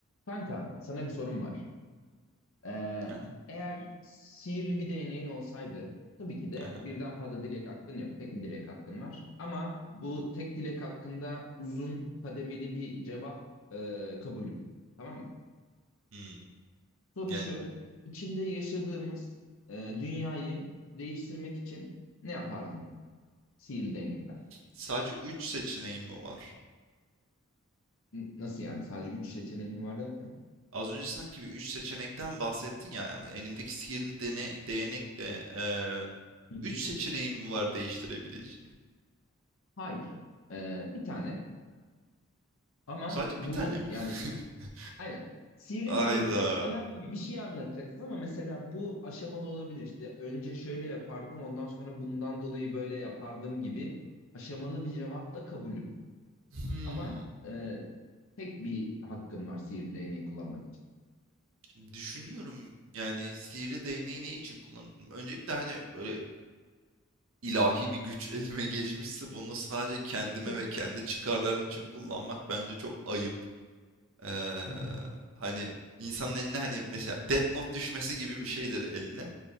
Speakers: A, on the left; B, on the right.
A: Kanka, sana bir sorum var. Ee,
B: Aha,
A: eğer sihirli bir değneğin olsaydı, tabii ki de
B: aha.
A: birden fazla dilek hakkın yok. Tek bir dilek hakkın var. Ama bu tek dilek hakkında uzun kademeli bir cevap e, kabulüm. Tamam mı?
B: Hmm.
A: Soru
B: Yani
A: şu, içinde yaşadığımız e, dünyayı değiştirmek için ne yapardın sihirli değnekle?
B: sadece 3 seçeneğim mi var?
A: N- nasıl yani? Sadece üç seçeneğim mi var derken?
B: Az önce sanki bir 3 seçenekten bahsettin ya yani elimdeki sihirli dene, değnek de eee
A: Hı hı.
B: 3 seçeneğim mi var değiştirebileceğim?
A: Hayır. Ee, bir tane. Ama
B: Sadece
A: bu
B: bir tane mi?
A: yani
B: <laughs>
A: Aynen. Sihirli
B: Ayda.
A: değnekle bana bir şey anlatacaksın ama mesela bu aşamalı olabilir işte. Önce şöyle yapardım, ondan sonra bundan dolayı böyle yapardım gibi aşamalı bir cevap da kabulüm.
B: Hmm.
A: Ama e, tek bir hakkın var sihirli değneği kullanmak için.
B: Şimdi düşünüyorum yani sihirli değneği ne için kullandım? Öncelikle hani böyle ilahi bir güç <laughs> elime geçmişse bunu sadece kendime
A: <laughs>
B: ve kendi çıkarlarım için kullanmak bence çok ayıp. Eee,
A: Hı
B: hani insanın eline hani mesela Death Note düşmesi gibi bir şeydir eline